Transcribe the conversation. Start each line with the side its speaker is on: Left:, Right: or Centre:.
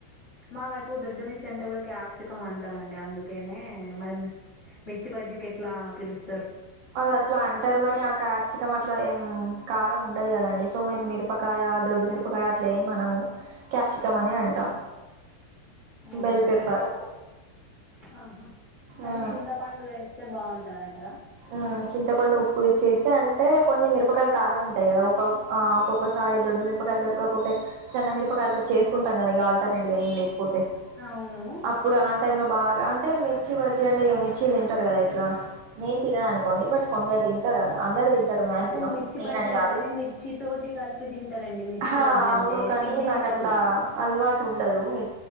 Left: మా వైపు దొడ్డుమిర్చి అంటే కూడా క్యాప్సికం అంటారండి అందుకేనే మరి మీ మిర్చి బజ్జీకి ఎట్లా పిలుసు
Right: అది అట్లా అంటారు గాని ఆ క్యాప్సికం అట్లా ఏం కారం ఉండదు కదండి సో మేము మిరపకాయ దొడ్డు మిరపకాయ అట్ల ఏం అనము క్యాప్సికం అనే అంటాం
Left: అ అవునా
Right: బెల్ పెప్పర్
Left: ఆహా అయితే
Right: ఆ
Left: చింతపండు వేస్తే బాగుంటది అంటారా
Right: ఆ చింతపండు ఉప్పు వేసి చేసి సి అంటే కొన్ని మిరపకాయలు కారం ఉంటాయి కదా ఒక ఒక్కొక్కసారి దొడ్డు మిరపకాయలు దొరకకుంటే వున్న మిరపకాయలు తో చేసుంటాం కదా ఇగ ఆల్టర్నేట్ గా ఏం లేకపోతే
Left: అవును
Right: అప్పుడు అలాంటి టై లో బాగా అంటే మిర్చి బజ్జీ అంటే ఇగ మిర్చిలు తింటారు కదా ఎట్లా నేను తినను అనుకోండి బట్ కొందరు తింటారు గదా అందరు తిం దరు తింటారు మాక్సిమం
Left: అసలు మిర్చి
Right: నేనని
Left: బజ్జీ అంటేనే
Right: గాదు
Left: మిర్చి తోటి కలిపి తింటారండి మిర్చి
Right: ఆహ
Left: బజ్జీ
Right: అవును
Left: అంటే
Right: కాని
Left: పిండి
Right: నాకి
Left: తినరు
Right: అట్లా అలవాటు ఉండదు మి